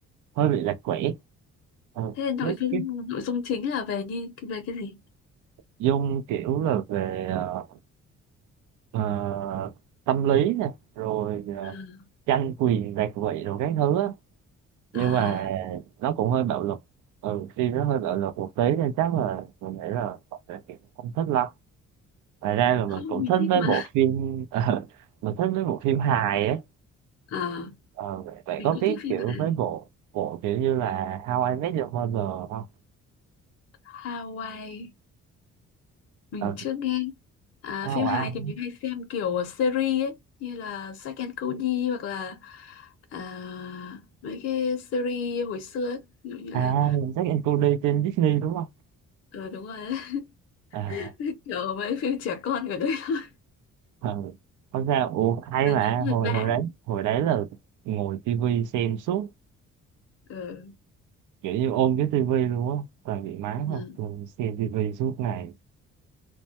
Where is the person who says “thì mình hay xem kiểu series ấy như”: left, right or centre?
Left